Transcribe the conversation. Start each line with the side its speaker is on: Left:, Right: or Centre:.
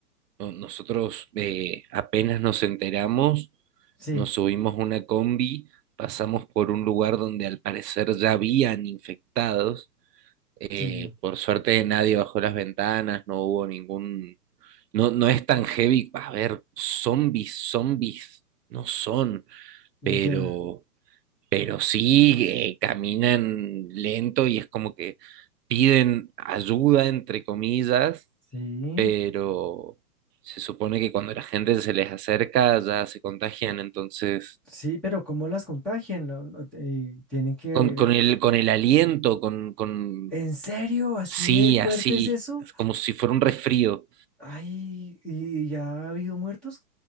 Right: no- nosotros eh, apenas nos enteramos,
Centre: sí,
Right: nos subimos a una combi, pasamos por un lugar donde al parecer ya habían infectados. Eh,
Centre: sí,
Right: por suerte nadie bajó las ventanas, no hubo ningún... No, no es tan heavy, a ver, zombies, zombies, no son,
Centre: ya.
Right: pero pero sí eh, caminan lento y es como que piden ayuda, entre comillas,
Centre: Sí,
Right: pero se supone que cuando la gente se les acerca ya se contagian, entonces
Centre: sí, pero ¿cómo las contagian? Lo- lo- eh, tienen que
Right: con, con el, con el aliento, con, con
Centre: ¿En serio? ¿Así
Right: sí,
Centre: de fuerte
Right: así,
Centre: es eso?
Right: es como si fuera un resfrío.
Centre: Ay, ¿y ya ha habido muertos?